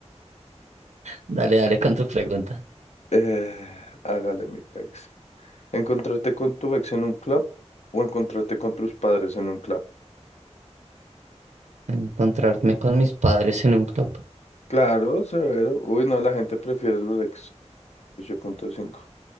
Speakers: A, on the right (about 75°); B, on the left (about 65°).
A: Dale, dale con tu pregunta.
B: Eh, hágale mi pex. ¿Encontrarte con tu ex en un club o encontrarte con tus padres en un club?
A: Encontrarme con mis padres en un club.
B: Claro, severo. Uy, no, la gente prefiere los punto cinco.